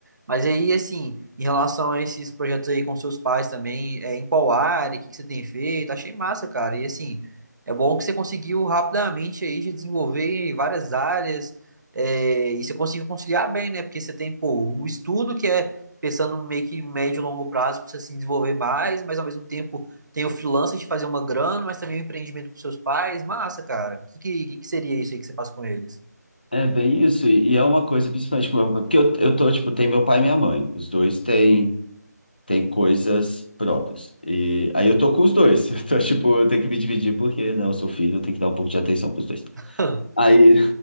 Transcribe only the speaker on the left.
é bem isso. E, e é uma coisa, principalmente com meu pai, porque eu, eu tô, tipo, tem meu pai e minha mãe. Os dois têm, têm coisas próprias. E aí eu tô com os dois. <laughs> Então, tipo, eu tenho que me dividir, porque, não, eu sou filho, eu tenho que dar um pouco de atenção pros dois.
Aí,